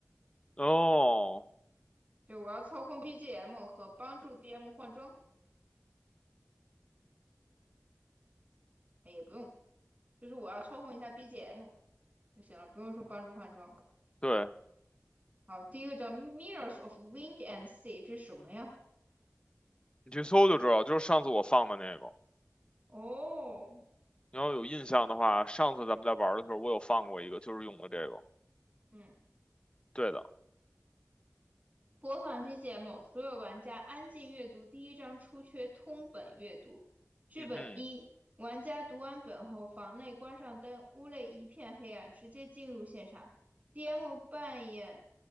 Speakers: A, on the left; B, on the right.
A: 哦，
B: 就我要操控 BGM 和帮助 DM 换装，哎也不用。就是我要操控一下 BGM 就行了，不用说帮助换装。
A: 对，
B: 好，第一个叫 Mirrors of Wind and Sea，这是什么呀？
A: 你去搜就知道，就是上次我放的那个。
B: 哦，
A: 你要有印象的话，上次咱们在玩儿的时候，我有放过一个，就是用的这个。
B: 嗯，
A: 对的，
B: 播放 BGM，所有玩家安静阅读第一章出缺通本阅读。剧本一，
A: 嗯哼，
B: 玩家读完本后，房内关上灯，屋内一片黑暗，直接进入现场。DM 扮演